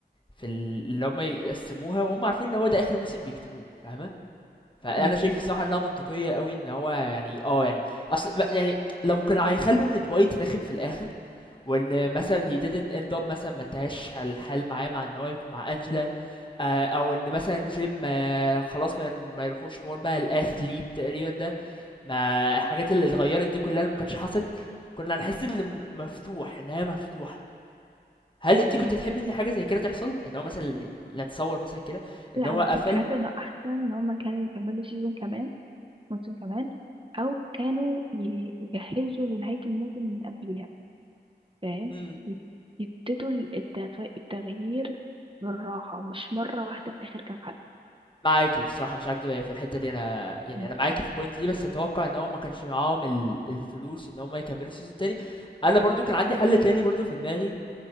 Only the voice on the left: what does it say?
في ال- اللي هم يقسموها وهم عارفين ان هو ده اخر موسم بيكتبوه فاهمه فانا
شايف الصراحه انها منطقيه قوي ان هو يعني اه يعني اصل ما- يعني لو كانوا هيخلوا ان دوايت رخم في الاخر وان مثلا he didn't end up مثلا ما انتهاش الحال معاه مع ان هو يكون مع انجلا آه، او ان مثلا جيم آه، خلاص ما, ما يروحوش حوار بقى الاثليب تقريبا ده ما الحاجات اللي اتغيرت دي كلها اللي ما كانتش حصلت كنا هنحس ان الم- مفتوح انها مفتوحه هل أنتِ
كنتِ تحبّي إن حاجة زي كده تحصل؟ إن هو مثلًا نتصوّر مثلًا كده إن
هو
قفل
إمم.
معاكِ الصراحة مش هاكدب هي في الحتّة دي أنا يعني
أنا معاكِ في الpoint دي، بس أتوقّع إن هو ما كانش معاهم ال الفلوس إن هم يكمّلوا season تاني. أنا برضه كان عندي حَل تاني برضه في دماغي،